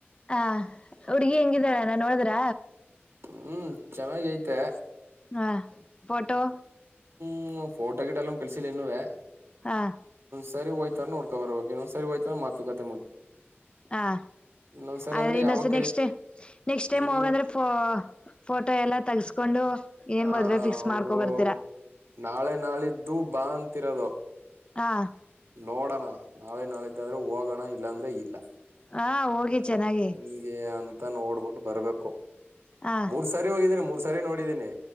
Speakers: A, on the left; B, on the right.
A: ಹಾ ಹುಡ್ಗಿ ಹೆಂಗಿದಾರ ನಾನ್ ನೋಡಿದ್ರ
B: ಹ್ಮ್ ಚೆನ್ನಾಗ ಐತೆ
A: ವಾ ಫೋಟೋ
B: ಹ್ಮ್ ಫೋಟೋ ಗಿಟ್ ಅಲ್ಲ ಕಳಸಿಲ್ಲ ಇನ್ನುೂೇ
A: ಹಾ
B: ಸರಿ ಹಯ್ತ ನೋಡ್ಕಬರಬೇಕು ಸರಿ ಹಯ್ತ ಮಾತು ಕತೆ
A: ಹ
B: ಇನ್ನೊಂದ್ಸರಿ
A: ಆದ್ರೆ
B: ಅಂದ್ರೆ
A: ಇನ್ನೊ
B: ಯಾವಾಗ ಕರಿ
A: ನೆಕ್ಸ್ಟ್ ೈ್ ನೆಕ್ಸ್ಟ್ ಟೈಮ್
B: ಇನ್ನು
A: ಹೋಗಂದ್ರೆ ಫೋ ಫೋಟೋ ಎಲ್ಲ ತಗಸ್ಕೊಂಡು ಏನ್
B: ಹ
A: ಮದ್ವೆ ಫಿಕ್ಸ್
B: ಅವರು
A: ಮಾಡ್ಕೊ ಬರ್ತೀರಾ
B: ನಾಳೆ ನಾಳಿದ್ದು ಬಾ ಅಂತಿರೋದು
A: ಹಾ
B: ನೋಡೋಣ ನಾಳೆ ನಾಳಿದ್ದಾದ್ರೆ ಹೋಗೋಣ ಇಲ್ಲಾಂದ್ರೆ ಇಲ್ಲ
A: ಹಾ ಹೋಗಿ ಚೆನ್ನಾಗಿ
B: ಹೆಂಗೆ ಅಂತ ನೋಡ್ಬಿಟ್ಟು ಬರ್ಬೇಕು
A: ಹಾ
B: ಮೂರ್ ಸಾರಿ ಹೋಗಿದೀ್ರೆ ಮೂರ್ ಸರಿ ನೋಡಿದ್ದೀನನೆ